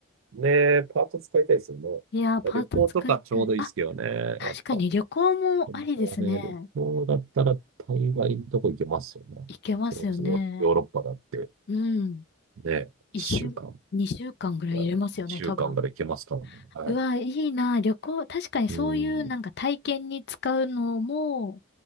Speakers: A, on the right; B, on the left.
A: ねえ、パート使いたいですよね。
B: いや、パート使いたい。
A: 旅行とかちょうどいいですけどね。
B: あ、確かに旅行もありですね。
A: やっぱ。本当はね、旅行だったら大概のとこ行けますよね。
B: 行けますよね。
A: それこそヨ、ヨーロッパだって、
B: うん。
A: ね、
B: 一週、
A: 一週間
B: 二週間ぐらい入れますよね、
A: ぐらい、二週間ぐらい行けますからね。
B: 多分。うわ、
A: は
B: いいな、旅行。確かにそういうなんか体験に使うのも
A: い。うん。